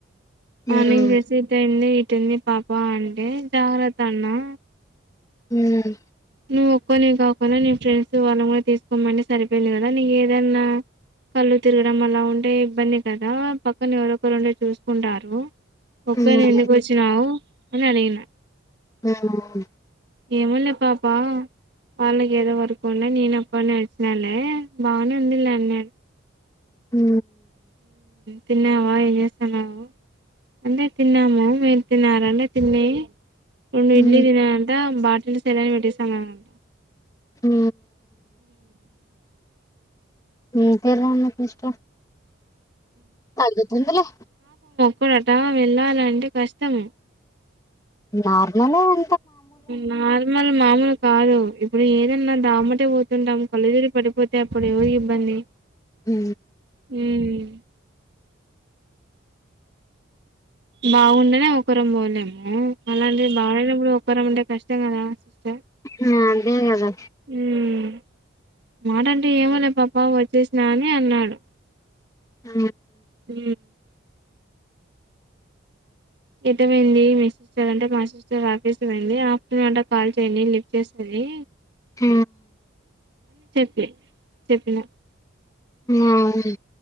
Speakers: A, on the right; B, on the left.
A: మార్నింగ్
B: హ్మ్
A: చేసి ఇటెళ్లీ పుట్టింది పాప అంటే జాగ్రత్తన్నా
B: మ్
A: నువ్ ఒక్కొనివే కాకుండా నీ ఫ్రెండ్స్ వాళ్ళన్ కూడా తీస్కోమంటే సరిపోయింది కదా నీ ఏదన్నా కళ్ళు తిరగడం అలా ఉంటే ఇబ్బంది కదా పక్కన ఎవరో ఒకర్ ఉండి చూస్కుంటారు. ఒక్కన్వే
B: హ్మ్
A: ఎందుకు వచ్చినావు అని అడిగిన
B: మేనమామ్
A: ఏమున్నద్ పాపా వాళ్ళకి ఏదో వర్క్ ఉన్నా నేనఒక్కన్నే వచ్చినాలే బాగానే ఉందిలె అన్నా
B: ఉ
A: తిన్నావా ఏం చేస్తాన్నావు అంటే తిన్నాము మీరు తిన్నార అంటే తిని రెండు
B: హ్మ్
A: ఇడ్లీ తిననంట బాటిల్ సెలన్ పెట్టేసాన్నానంట
B: ఊ ఇంకెలా ఉన్నవ్ ఫస్ట్ తగ్గుతుందిలే
A: కూడా అట వెళ్ళాలంటే కష్టం
B: నార్మలే ఉ
A: నార్మల్ మామూలు కాదు ఇప్పుడు ఏదన్నా దామ్మటే పోతుంటాం కళ్లు తిరిగి పడిపోతే అప్పుడు ఎవరి ఇబ్బంది
B: హు
A: మ్మ్ బాగుండేనే ఒకరం పోలేము అలాంటిది బాలేనప్పుడు ఒకరం ఉంటే కష్టం కదా సిస్టర్
B: ఆ అదేగదా
A: మ్మ్ మాట అంటే ఏమోలే పాప వచ్చేసినా అని అన్నాడు
B: అ
A: ఉ ఎటు పోయింది మీ సిస్టర్ అంటే మా సిస్టర్ ఆఫీస్ కి పోయింది ఆఫ్టర్నూన్ అంటే కాల్ చేయండి లిఫ్ చేస్తది ఏ
B: హ
A: చె చెప్పిన
B: ఆవు